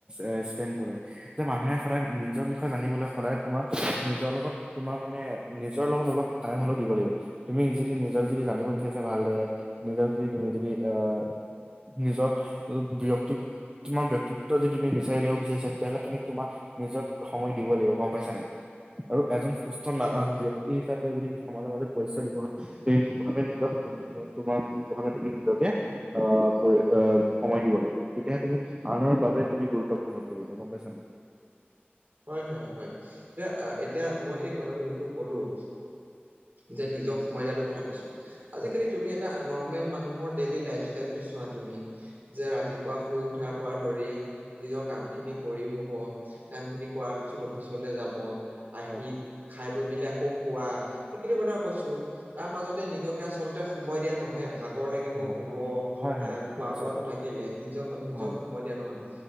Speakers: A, on the right; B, on the right.
A: এ স্পেণ্ড কৰে। যে মানুহে সদায় নিজৰ বিষয়ে জানিবলৈ সদায় তোমাৰ, নিজৰ লগত তোমাৰ মানে নিজৰ লগত অলপ টাইম হ'লেও দিব লাগিব। তুমি যদি নিজক যদি জানিব বিচাৰিছা ভালদৰে, নিজক যদি তুমি যদি অ', নিজৰ ব্যক্তিক- তোমাৰ ব্যক্তিত্ব যদি তুমি বিচাৰি উলিয়ায় বিছাৰিছা, তেতিয়াহ'লে তুমি তোমাক- নিজক সময় দিব লাগিব, গম পাইছা নে নাই আৰু এজন সুস্থ-
B: হয়
A: নাজানোঁ
B: হয়
A: দিয়ক, ব্যক্তি হিচাপে যদি সমাজৰ মাজত পৰিচয় দিব বিচাৰে। পোন প্ৰথমে নিজক- তোমাৰ পোন প্ৰথমে তুমি নিজকে অ', পঢ়ি সময় দিব লাগিব, তেতিয়াহে তুমি আনৰ বাবে তুমি গুৰুত্বপূৰ্ণ পৰিবা। গম পাইছা নে।
B: হয় হয় হয়, এতিয়া এতিয়া মই এই কথাটো যোনটো কলোঁ। যে নিজক সময় দিয়াটো কথা কৈছোঁ, আজিকালি
A: হয়
B: তুমি- এটা নৰ্মেল মানুহৰ ডেইলি লাইফষ্টাইল টো চোৱা তুমি। যে ৰাতিপুৱা শুই উঠাৰ পৰা ধৰি নিজৰ কাম খিনি কৰি হ'ব। কামখিনি- খোৱাৰ পিছত অফিচলৈ যাব, আহি
A: হয়
B: খাই বৈ মেলি আকৌ শুৱা। সেইখিনি কথা কৈছোঁ, তাৰ মাজতে নিজকে আচলতে সময় দিয়া নহয়। ভাগৰ লাগিব
A: হয়
B: শুব,
A: হয় হয়
B: আহ্
A: হয়
B: খোৱা-বোৱাতো
A: নিশ্চয় হ'ব
B: থাকিলেই। নিজৰ নিজক
A: হয়
B: সময় দিয়া নহয়।